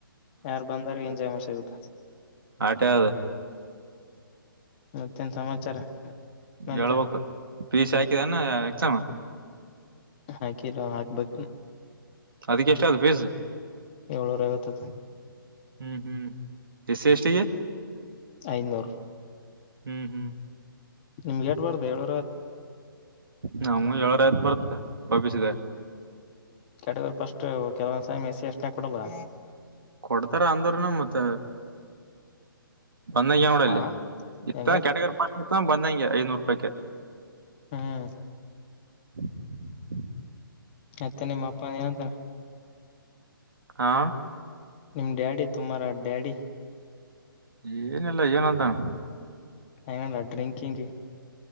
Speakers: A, on the left (about 30°); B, on the right (about 70°).
A: ಯಾರು ಬಂದಾರ ಎಂಜಾಯ್ ಮಸ್ ಆಗುತ್ತ
B: ಆಟ ಯಾವ್ದು
A: <inaudible> ಮತ್ತೇನ್ ಸಮಾಚಾರ ನಂತೆ
B: ಹೇಳ್ಬೇಕು ಪೀಸ್ ಹಾಕಿದಾನ ಯಕ್ಷಮ
A: ಹಾ ಕಿಲ ಹಾಕ್ಬೇಕ
B: ಅದಕ್ಕೆ ಎಷ್ಟ ಆತ್ ಫೀಸ್
A: ಏಳುವರೆ ಆಗತ್ತತೆ
B: ಹ್ಮ್ ಹ್ಮ್ ಎಸ್ಸಿ ಎಸ್ಟಿಗೆ
A: ಐನೂರು
B: ಹ್ಮ್ ಹ್ಮ್
A: ನಿಮ್ಗೆೇಟ್ಬಾರ್ದ ಹೇಳು
B: ನಮ್ಮ ಏಳರ ಆಯ್ತು ಬರ್ತ್ತ ಒಬಿಸಿದೆ
A: ಕೆ್ಯಾಟಗೋರಿ ಫಸ್ಟ್ು ಕೆಲವೊಂದ್ ಸಮ ಎಸ್ ಎಸ್ ನಾಗ್ ಕೊಡಲ್ಲ
B: ಕೊಡ್ತಾರ ಅಂದ್ರನು ಮತ್ತ ಬಂದಂಗೆ ನೋಡಲ್ಲಿ
A: ಹಾ
B: ಇತ್ತ
A: ಹೆಂಗ
B: ಕೆಟಗರ್ ಪಾಸ್ಟ್ ಇತ್ತ ಬಂದಂಗೆ ಐನೂರು ರೂಪಾಯ್ಕ
A: ಹ್ಮ್
B: <inaudible>
A: ಮತ್ತೆ ನಿಮ್ಮ ಅಪ್ಪ ಏನಂತಾನ
B: ಹಾ
A: ನಿಮ್ ಡ್ಯಾಡಿ ತುಮಾರ ಡ್ಯಾಡಿ
B: ಏನಿಲ್ಲ ಏನಂತನ್
A: ಐಯಾಮ್ ಡ್ರಿಂಕಿಂಗ್